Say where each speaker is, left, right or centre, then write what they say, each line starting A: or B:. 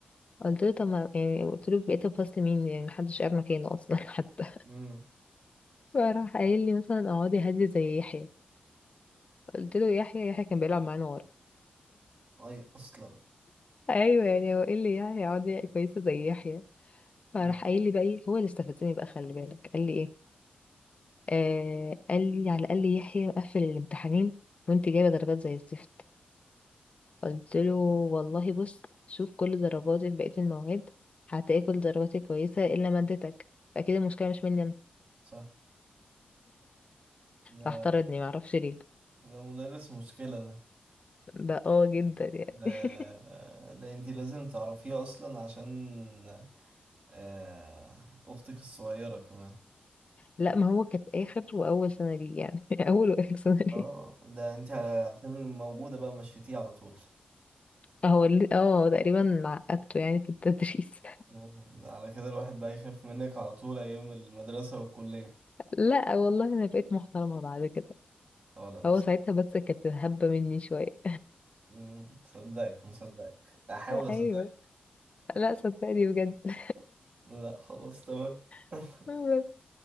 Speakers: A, on the left (about 35°); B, on the right (about 55°).
A: قلت له طب ما يعني قلت له بقيه الفصل مين يعني محدش قاعد مكانه اصلا <laughs> حتى
B: امم
A: فراح قايل لي مثلا اقعدي هاديه زي يحيى قلت له يحيى يحيى كان بيلعب معانا ورا
B: اي اصلا
A: ايوه يعني هو ايه اللي يحيى اقعدي كويسه زي يحيى فراح
B: امم
A: قايل لي بقى ايه هو اللي استفزني بقى خلي بالك قال لي ايه آه قال لي على الاقل يحيى قفل الامتحانين وانت جايبه درجات زي الزفت قلت له والله بص شوف كل درجاتي في بقية المواد هتلاقي كل درجاتي كويسة إلا مادتك فأكيد المشكلة مش مني أنا
B: صح ده
A: راح طردني معرفش ليه
B: ده مدرس مشكلة ده
A: ده اه جدا يعني
B: ده
A: <laughs>
B: ده انتي لازم تعرفيه اصلا عشان آه، اختك الصغيرة كمان
A: لا ما هو كانت آخر وأول سنة ليه يعني <laughs> أول وآخر سنة ليه
B: اه ده انت عشان موجودة بقى مشيتيه على طول
A: هو اللي- اه تقريبا عقدته يعني في التدريس
B: مم. على كده الواحد بقى يخاف منك على طول ايام المدرسة والكلية
A: <laughs> لا والله أنا بقيت محترمة بعد كده
B: اه لا
A: هو
B: مص-
A: ساعتها بس كانت هبة مني شوية
B: مم، مصدقك مصدقك احاول
A: <laughs>
B: اصدقك
A: أيوه لا صدقني بجد
B: لا خلاص تمام <laughs>
A: <laughs> بس